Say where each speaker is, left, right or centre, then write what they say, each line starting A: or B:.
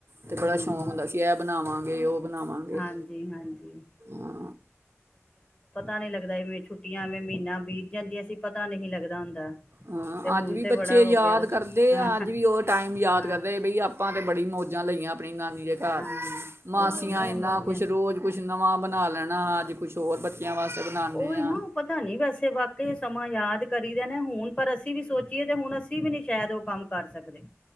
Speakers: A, on the right (about 55°); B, on the left (about 25°).
A: ਤੇ ਬੜਾ
B: ਹਮ
A: ਸ਼ੌਂਕ ਹੁੰਦਾ ਸੀ ਇਹ ਬਣਾਵਾਂਗੇ ਉਹ ਬਣਾਵਾਂਗੇ
B: ਹਾਂਜੀ ਹਾਂਜੀ
A: ਹਾਂ
B: ਨ ਨਹੀਂ ਲੱਦਾਏ ਛੁੱਟੀਆਂ ਐਵੇਂ ਮਹੀਨਾ ਬੀਤ ਜਾਂਦੀਆਂ ਸੀ ਪਤਾ ਨਹੀਂ ਲੱਗਦਾ ਹੁੰਦਾ
A: ਹਾਂ
B: ਤੇ ਹੁਣ
A: ਅੱਜ ਵੀ
B: ਤੇ ਬੜਾ
A: ਬੱਚੇ
B: ਹੋ
A: ਯਾਦ
B: ਗਿਆ ਦਾ।
A: ਕਰਦੇ
B: ਹਾਂ
A: ਅੱਜ ਵੀ ਉਹ ਟਾਈਮ ਯਾਦ
B: ਹਾਂ
A: ਕਰਦੇ ਬਈ ਆਪਾਂ ਤੇ ਬੜੀ ਮੌਜਾਂ ਲਈਆਂ ਆਪਣੀ ਨਾਨੀ ਦੇ ਘਰ
B: ਹਾਂ
A: ਮਾਸੀਆਂ
B: ਉਹੀ ਨਾ ਉਹ
A: ਇੰਨਾ
B: ਮੌਜਾਂ
A: ਕੁਛ ਰੋਜ਼ ਕੁਛ ਨਵਾਂ ਬਣਾ ਲੈਣਾ
B: ਹਾਂ
A: ਅੱਜ ਕੁਛ ਹੋਰ ਬੱਚਿਆਂ ਵਾਸਤੇ ਬਣਾਉਂਦੇ
B: ਉਹੀ
A: ਹਾਂ
B: ਨਾ ਉਹ ਪਤਾ ਨੀ ਵੈਸੇ ਵਾਕਈ ਸਮਾਂ ਯਾਦ ਕਰੀ ਦਾ ਨਾ ਹੁਣ ਪਰ ਅਸੀਂ ਵੀ ਸੋਚੀਏ ਤੇ ਹੁਣ ਅਸੀਂ ਵੀ ਨੀ ਸ਼ਾਇਦ ਉਹ ਕੰਮ ਕਰ ਸਕਦੇ